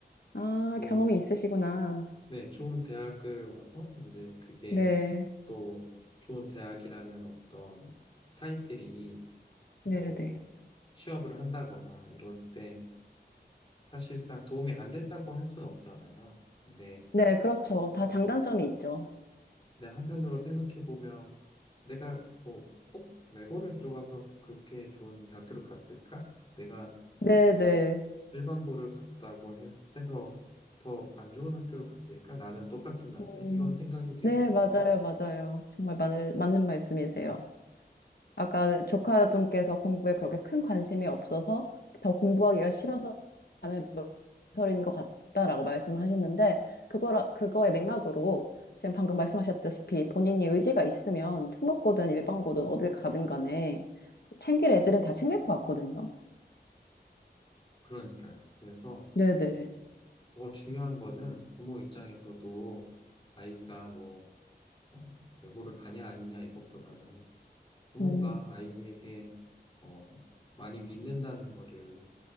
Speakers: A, on the left; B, on the left.
A: 아,
B: 뭐,
A: 경험이 있으시구나.
B: 네, 좋은 대학을 와서 이제 그게
A: 네,
B: 또 좋은 대학이라는 어떤 타이틀이 뭐
A: 네네.
B: 취업을 한다거나 이럴 때 사실상 도움이 안 된다고 할 순 없잖아요. 근데,
A: 네, 그렇죠. 다 장단점이 있죠.
B: 근데 한편으로 생각해 보면 내가 뭐 꼭 외고를 들어가서 그렇게 좋은 대학교로 갔을까? 내가
A: 네네.
B: 일반고를 갔다고 해, 해서 더 안 좋은 학교를 갔을까? 나는 똑같은 난데?
A: 음,
B: 이런 생각이 들기도
A: 네, 맞아요,
B: 해요.
A: 맞아요. 정말 맞는, 맞는 말씀이세요. 아까 조카분께서 공부에 그렇게 큰 관심이 없어서 더 공부하기가 싫어서 반을 망설인 것 같다라고 말씀하셨는데, 그거, 그거의 맥락으로 지금 방금 말씀하셨다시피 본인이 의지가 있으면 특목고든 일반고든 어딜 가든 간에 챙길 애들은 다 챙길 것 같거든요.
B: 그러니까요. 그래서
A: 네네.
B: 더 중요한 거는 부모 입장에서도 아이가 뭐, 어, 외고를 가냐 아니냐 이것보다는 부모가
A: 음,
B: 아이에게 어, 많이 믿는다는 거를